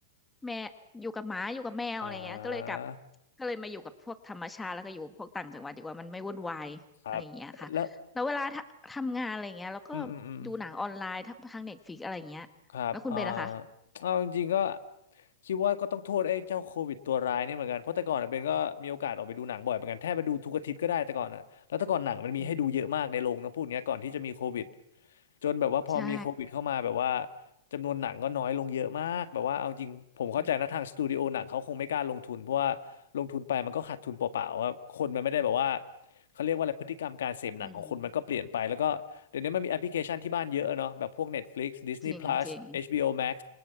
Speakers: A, in the centre; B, on the left.
A: แม่อยู่กับหมาอยู่กับแมวอะไรเงี้ยก็เลยกลับ
B: อ่า
A: ก็เลยมาอยู่กับพวกธรรมชาติแล้วก็อยู่พวกต่างจังหวัดดีกว่ามันไม่วุ่นวายอะไรเงี้ยค่ะแล้วเวลาทำทำงานอะไรเงี้ยแล้วก็
B: ครับแล้วอืมอืมอืม
A: ดูหนังออนไลน์ทางทางเน็ตฟลิกอะไรเงี้ยแล้วคุณเป็นนะคะ
B: ครับอ่าเอาจริงๆก็คิดว่าก็ต้องโทษไอ้เจ้าโควิดตัวร้ายเนี่ยเหมือนกัน เพราะแต่ก่อนอะเบนก็มีโอกาสออกไปดูหนังบ่อยเหมือนกันแทบไปดูทุกอาทิตย์ก็ได้แต่ก่อนนะแล้วแต่ก่อนหนังมันมีให้ดูเยอะมากในโรงต้องพูดอย่างเงี้ยก่อนที่จะมีโควิด
A: อืม
B: จนแบบว่าพอมีโควิดเข้ามาแบบว่า
A: ใช่
B: จำนวนหนังก็น้อยลงเยอะมากแบบว่าเอาจริงผมเข้าใจนะทางสตูดิโอหนังเขาคงไม่กล้าลงทุนเพราะว่าลงทุนไปมันก็ขาดทุนเปล่าๆว่าคนมันไม่ได้แบบว่า
A: อืม
B: เขาเรียกว่าอะไรพฤติกรรมการเสพหนังของคนมันก็เปลี่ยนไปแล้วก็
A: อืม
B: เดี๋ยวนี้มันมีแอปพลิเคชันที่บ้านเยอะอะเนาะแบบพวก Netflix Disney
A: จริงจริง
B: Plus HBO Max